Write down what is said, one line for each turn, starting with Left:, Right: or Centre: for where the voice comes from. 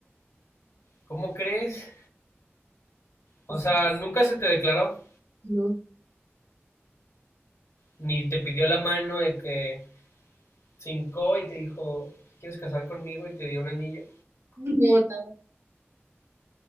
Left: ¿Cómo crees? O
Right: Es-
Left: sea, nunca se te declaró,
Right: No,
Left: ni te pidió la mano de que cincó y te dijo, ¿quieres casar conmigo? Y te dio un anillo.
Right: <laughs> no, nada,